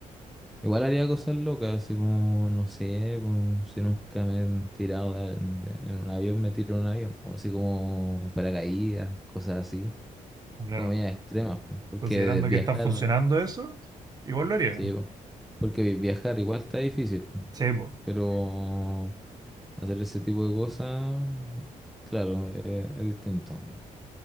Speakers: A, in the centre; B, on the right.
A: Igual haría cosas locas, así como, no sé, pues, si nunca me he tirado de- de- en un avión, me tiro en un avión, pues, así como paracaídas, cosas así,
B: Claro,
A: comidas extremas, pues, porque
B: considerando
A: de- viajar,
B: que está funcionando eso, igual lo haría.
A: sí, pues, porque vi- viajar igual está difícil, pues, Sí.
B: Sí, po.
A: pero hacer ese tipo de cosas, claro, eh, es distinto.